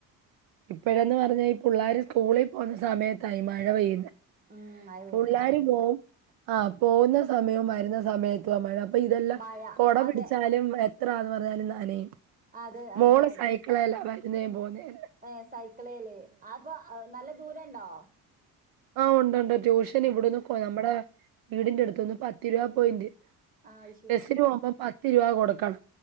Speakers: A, on the right; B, on the right.
A: ഇപ്പഴന്ന് പറഞ്ഞാ ഈ പിള്ളാര് സ്കൂളി പോവുന്ന സമയത്താ ഈ മഴ പെയ്യുന്നേ
B: ഉം മഴ പെയ്യുന്ന
A: പുള്ളാര്
B: അതെ
A: പോവും ആഹ് പോവുന്ന സമയവും വരുന്ന സമയത്തുവാ മഴ അപ്പൊ ഇതെല്ലാം
B: മഴ
A: കൊട
B: അതെ
A: പിടിച്ചാലും ത്രാന്ന് പറഞ്ഞാലും നനയും
B: അതെ അതെ
A: മോള് സൈക്കിളില വരുന്നേ പോകുന്നേല്ലാം
B: ഏഹ് സൈക്കിളല് അപ്പൊ നല്ല ദൂരണ്ടോ
A: ആഹ് ഉണ്ടുണ്ട് ട്യൂഷൻ
B: ആ
A: ഇവിടെന്ന് കൊ നമ്മടെ വീടിന്റെ അടുത്തന്ന് പത്ത് രൂപ പോയിന്റ്
B: ആ, അത്
A: ബസ്സിന്‌ പോവുമ്പം പത്ത് രൂപ കൊടുക്കണം